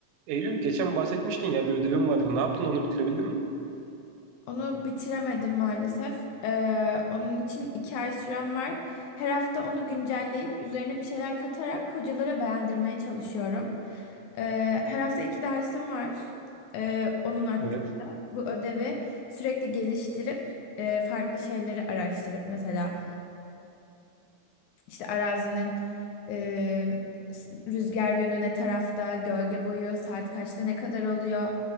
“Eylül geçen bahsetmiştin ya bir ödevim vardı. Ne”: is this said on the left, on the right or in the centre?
Right